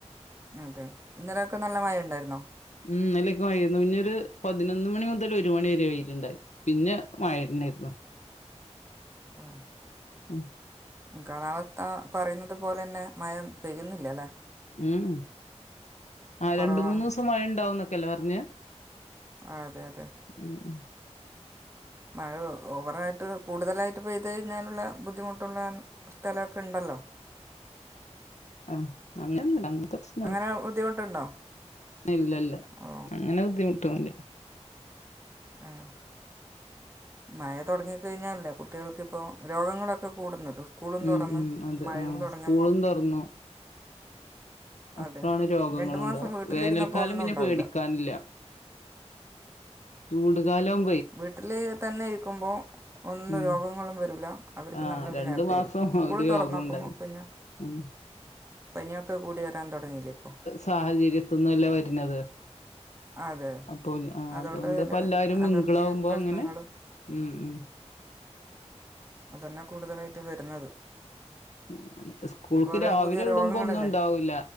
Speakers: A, on the right (about 25°); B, on the left (about 80°).
A: അതെ ഇന്നലെയൊക്കെ നല്ല മഴ ഉണ്ടായിരുന്നോ?
B: മ് ഇന്നലെയൊക്കെ മഴ ആയിരുന്നു പിന്നെ ഒരു പതിനൊന്ന് മണി മുതൽ ഒരു മണി വരെ വെയിലുണ്ടായി. പിന്നെ മഴന്നായിരുന്നു
A: ആഹ്
B: മ്
A: കാലാവസ്ഥ പറയുന്നത് പോലെ തന്നെ മഴ പെയ്യുന്നില്ലല്ലേ?
B: ഉംമ് ആ
A: കുറവാണ്
B: രണ്ടുമൂന്ന് ദിവസം മഴ ഉണ്ടാവുന്നൊക്കെ അല്ലേ പറഞ്ഞേ?
A: ആഹ് അതെ അതെ
B: ഉഹ് മ്
A: മഴ ഓവറായിട്ട് കൂടുതലായിട്ട് പെയ്ത് കഴിഞ്ഞാലുള്ള ബുദ്ധിമുട്ടുള്ള സ്ഥലൊക്കെ ഉണ്ടല്ലോ
B: ആഹ് അങ്ങനെയൊന്നും ഇല്ല അങ്ങനത്തെ പ്രശ്
A: അങ്ങനെ ബുദ്ധിമുട്ടുണ്ടോ
B: ഇല്ലല്ല
A: ഓ
B: അങ്ങനെ ബുദ്ധിമുട്ടൊന്നുല്ല
A: ആഹ് മഴ തൊടങ്ങിക്കഴിഞ്ഞാല് എല്ലാ കുട്ടികൾക്കിപ്പോ രോഗങ്ങളൊക്കെ കൂടുന്നത് സ്കൂളും
B: ഉം
A: തൊറന്ന്
B: ഉം അതെ
A: മഴയും
B: ആഹ്
A: തൊടങ്ങ്മ്പോ
B: സ്കൂളും തൊറന്നു അപ്പോഴാണ്
A: അതെ
B: രോഗങ്ങളും
A: രണ്ട് മാസം
B: ഉണ്ടാവുക
A: വീട്ടിലിര്ന്നപ്പോ
B: വേനൽക്കാലം
A: ഒന്നുണ്ടാവൂല
B: പിന്നെ പേടിക്കാനില്ല ചൂടുകാലും
A: വീട്ടില് തന്നെ ഇരിക്കുമ്പോ ഒന്നും
B: ഉം
A: രോഗങ്ങളും വരൂല അവർക്ക്
B: ആഹ്
A: നല്ലൊരു
B: രണ്ടു
A: ഹാപ്പിയായിരിക്കും
B: മാസം
A: സ്കൂള്
B: ഒരു
A: തൊറന്നോക്കുമ്പോ
B: രോഗം ഉണ്ടായി
A: പിന്നെ
B: ഉം
A: പനിയൊക്കെ കൂടി വരാൻ തൊടങ്ങിയില്ലേ ഇപ്പോ
B: സാഹചര്യത്ത്ന്ന് അല്ലേ വര്ന്നത്
A: അതെ
B: അപ്പൊ എൽ ആഹ്
A: അതുകൊണ്ട്
B: അതോണ്ട്
A: തന്നെ
B: ഇപ്പല്ലാരും
A: അലർജി
B: മിംഗ്ളാവുമ്പോ
A: പ്രശ്നങ്ങൾ
B: അങ്ങനെ ഉം ഉം
A: അതന്നെ കൂടുതലായി ട്ട് വര്ന്നത്
B: മ്മ് സ്കൂള്ക്ക്
A: ഓരോരോ
B: രാവിലെ
A: പുതിയ
B: വിട്മ്പോ
A: രോഗങ്ങളല്ലേ
B: ഒന്നുണ്ടാവൂല്ല